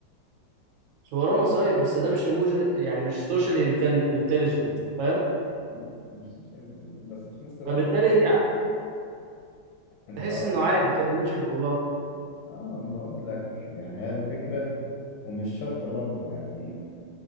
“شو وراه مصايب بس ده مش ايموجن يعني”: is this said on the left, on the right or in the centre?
Right